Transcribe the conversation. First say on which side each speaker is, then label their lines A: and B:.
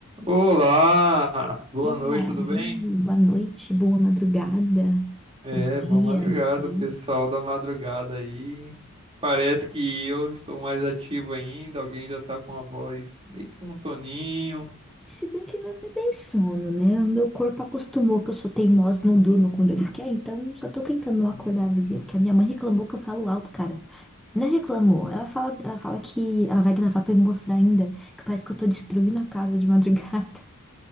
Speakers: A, on the right (about 25°); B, in the centre.
A: Olá, boa
B: E
A: noite,
B: aí,
A: tudo bem?
B: boa noite, boa madrugada,
A: É,
B: bom dia,
A: boa madrugada,
B: não sei.
A: pessoal da madrugada aí. Parece que eu estou mais ativo ainda, alguém já tá com a voz meio que com um soninho.
B: Se bem que não é bem sono, né? O meu corpo acostumou que eu sou teimosa, não durmo quando ele quer, então só tô tentando não
A: Hum,
B: acordar a vizinha, porque a minha mãe reclamou que eu falo alto, cara. Não é reclamou, ela fala, ela fala que ela vai gravar pra me mostrar ainda, que parece que eu tô destruindo a casa de madrugada. <laughs>